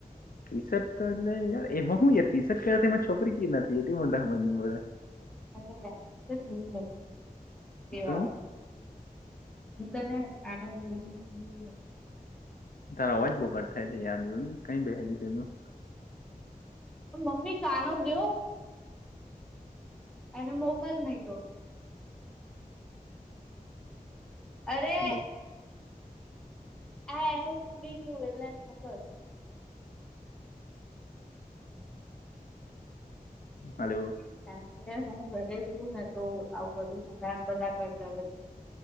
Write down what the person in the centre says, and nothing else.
અ તેવાણ
આગળ <unintelligible>
મમ્મી કાનો ગયો અએને મોકલ નહી તો અરે
હા એનું ખુલી ગયું એટલે એને મોકલ
હા અરે હું ઘરે છું ને તો આવું બધું હંગામ બધા કઈ કરે છે.